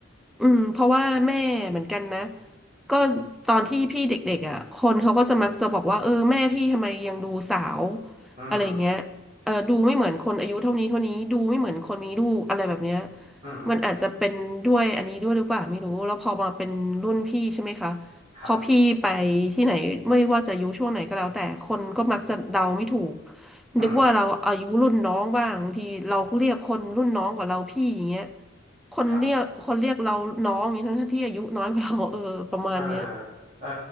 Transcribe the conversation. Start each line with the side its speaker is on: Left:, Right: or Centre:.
Centre: อืมเพราะว่าแม่เหมือนกันนะ ก็ตอนที่พี่เด็กๆอ่ะคนเขาก็จะมักจะบอกว่าเออแม่พี่ทำไมยังดูสาว
Right: อืม
Centre: อะไรเงี้ยเออดูไม่เหมือนคนอายุเท่านี้เท่านี้ดูไม่เหมือนคนมีลูกอะไรแบบเนี้ย
Right: อืม
Centre: มันอาจจะเป็นด้วยอันนี้ด้วยหรือเปล่าไม่รู้แล้วพอมาเป็นรุ่นพี่ใช่ไหมคะ
Right: ครับ
Centre: พอพี่ไปที่ไหนไม่ว่าจะอายุช่วงไหนก็แล้วแต่คนก็มักจะเดาไม่ถูก
Right: อืม
Centre: นึกว่าเราอายุรุ่นน้องบ้างบางทีเราเรียกคนรุ่นน้องกว่าเราพี่อย่างเงี้ย คนเรียกคนเรียกเราน้องอย่างนี้ทั้งที่อายุน้อยกว่าเราเออประมาณเนี้ย
Right: ครับเออเออ